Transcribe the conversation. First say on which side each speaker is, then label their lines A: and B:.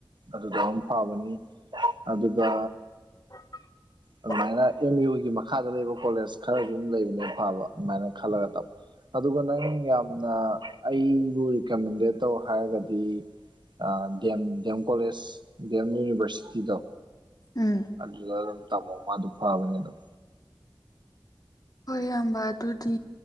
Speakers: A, on the right (about 60°); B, on the left (about 45°).
A: ꯑꯗꯨꯗ ꯑꯗꯨꯝ ꯐꯕꯅꯤ ꯑꯗꯨꯒ
B: <inaudible> <inaudible> <inaudible> <inaudible> <inaudible>
A: ꯑꯗꯨꯃꯥꯏꯅ ꯑꯦꯝ ꯌꯨꯒꯤ ꯃꯈꯥꯗ ꯂꯩꯕ ꯀꯣꯂꯦꯖ ꯈꯔꯁꯨ ꯑꯗꯨꯝ ꯂꯩꯕꯅꯦ ꯐꯥꯕ ꯑꯗꯨꯃꯥꯏꯅ ꯈꯜꯂꯒ ꯇꯧ ꯑꯗꯨꯒ ꯅꯪ ꯌꯥꯝꯅ ꯑꯩꯕꯨ ꯔꯤꯀꯃꯦꯟꯗꯦꯠ ꯇꯧ ꯍꯥꯏꯔꯒꯗꯤ ꯑꯥ ꯗꯦꯝ ꯗꯦꯝ ꯀꯣꯂꯦꯖ ꯗꯦꯝ ꯌꯨꯅꯤꯚꯔꯁꯤꯇꯤꯗꯣ
B: ꯎꯝ
A: ꯑꯗꯨꯗꯥ ꯑꯗꯨꯝ ꯇꯝꯃꯣ ꯃꯥꯗꯣ ꯐꯥꯕꯅꯤ ꯑꯗꯨꯝ
B: ꯍꯣꯏ ꯏꯌꯥꯝꯕ ꯑꯗꯨꯗꯤ